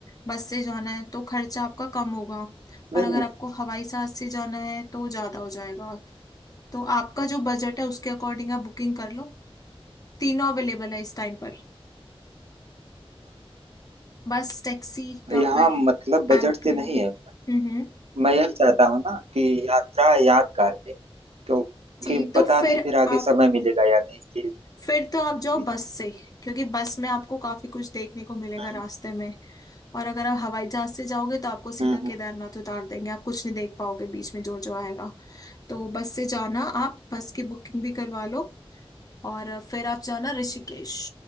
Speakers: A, on the left (about 35°); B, on the right (about 80°).
A: बस से जाना है तो खर्चा आपका कम होगा
B: नहीं
A: और अगर
B: नहीं
A: आपको हवाई जहाज से जाना है तो ज़्यादा हो जाएगा तो आपका जो बजट है उसके अकॉर्डिंग आप बुकिंग कर लो तीनों अवेलेबल है इस टाइम पर बस टैक्सी या
B: यहाँ
A: फिर
B: मतलब बजट
A: एरोप्लेन
B: से नहीं है
A: हम्म हम्म।
B: मैं यह चाहता हूँ ना कि यात्रा यादगार रहे क्योंकि
A: जी तो
B: पता
A: फिर
B: नहीं फिर आगे
A: आप
B: समय मिलेगा या नहीं जी
A: फिर तो आप जाओ
B: जी जी।
A: बस से क्योंकि बस में आपको काफी कुछ देखने को मिलेगा
B: हम्म
A: रास्ते में और अगर आप हवाई जहाज से जाओगे तो आपको सीधा
B: हम्म, हम्म।
A: केदारनाथ उतार देंगे आप कुछ नहीं देख पाओगे बीच में जो जो आएगा तो बस से जाना आप बस की बुकिंग भी करवा लो और फिर आप जाना ऋषिकेश